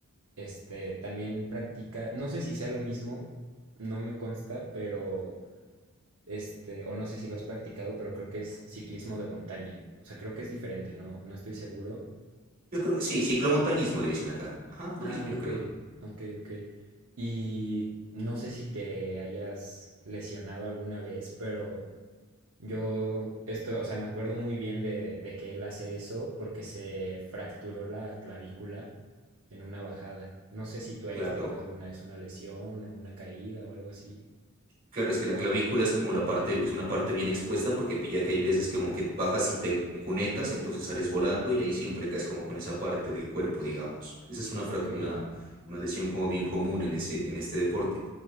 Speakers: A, on the right (about 75°); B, on the right (about 40°).
A: este, también practica, no sé si sea lo mismo, no me consta, pero, este, o no sé si lo has practicado, pero creo que es ciclismo de montaña. O sea, creo que es diferente, no, no estoy seguro.
B: Yo creo que sí, ciclomontañismo le dicen acá. Ajá, lo
A: Ah,
B: mismo, yo
A: ok,
B: creo.
A: ok, ok. Y no sé si te hayas lesionado alguna vez, pero Yo, esto, o sea, me acuerdo muy bien de, de que él hace eso porque se fracturó la clavícula en una bajada. No sé si tú hayas
B: Claro.
A: tenido alguna vez una lesión o una caída o algo así.
B: Claro, es que la clavícula es como la parte, es una parte bien expuesta porque pilla que hay veces como que bajas y te cunetas, entonces sales volando y ahí siempre caes como con esa parte del cuerpo, digamos. Esa es una, frac-
A: Ok,
B: una, una lesión como bien común en ese, en este deporte.